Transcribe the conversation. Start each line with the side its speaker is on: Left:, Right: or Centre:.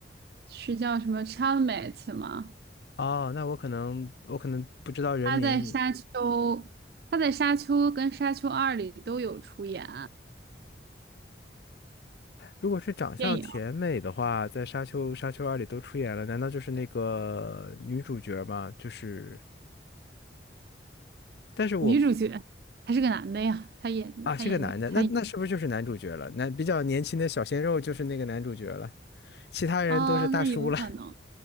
Right: 是叫什么 Chalamet 吗？
Left: 哦，那我可能我可能不知道人名，
Right: 他在《沙丘》，他在《沙丘》跟《沙丘二》里都有出演
Left: 如果是长相甜美的话，
Right: 电影
Left: 在《沙丘》《沙丘二》里都出演了，难道就是那个女主角吗？就是，但是我
Right: 女主角，还是个男的呀，他演他演女他演
Left: 啊是个男的，那那是不是就是男主角了？那比较年轻的小鲜肉就是那个男主角了，其他人都是大叔了。
Right: 哦，那有可能